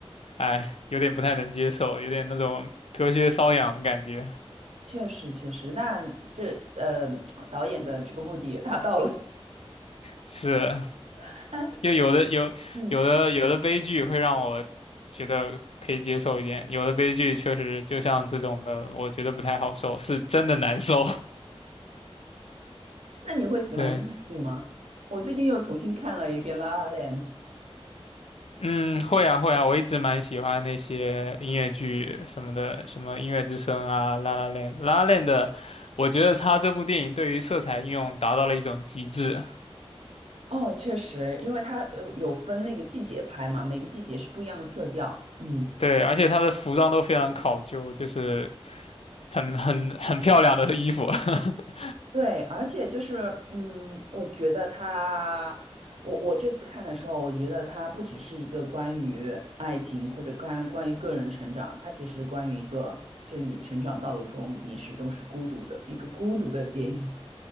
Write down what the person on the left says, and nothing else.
哎，有点不太能接受，有点那种隔靴搔痒的感觉。
是，
就有的有有的有的悲剧会让我觉得可以接受一点，
有的悲剧确实就像这种的，我觉得不太好受，是真的难受。
<laughs> 对，
嗯，会啊会啊，我一直蛮喜欢那些音乐剧什么的，什么《音乐之声》啊，《La La Land》《La La n d 的，我觉得他这部电影对于色彩应用达到了一种极致。
对，而且他的服装都非常考究，就是很很很漂亮的衣服。<laughs>